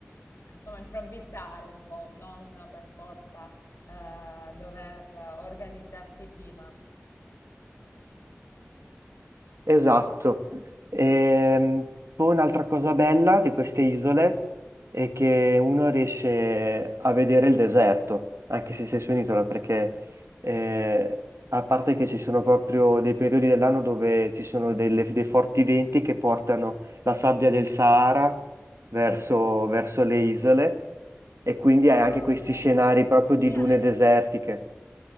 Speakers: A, on the left (about 70°); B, on the right (about 80°).
A: insomma improvvisare un po', non per forza eh, dover organizzarsi prima.
B: Esatto. Ehm, poi un'altra cosa bella di queste isole è che uno riesce a vedere il deserto, anche se sei su un'isola, perché eh, a parte che ci sono proprio dei periodi dell'anno dove ci sono delle- dei forti venti che portano la sabbia del Sahara verso, verso le isole e quindi hai anche
A: Ah,
B: questi
A: bello.
B: scenari proprio di
A: Qui alle
B: dune desertiche.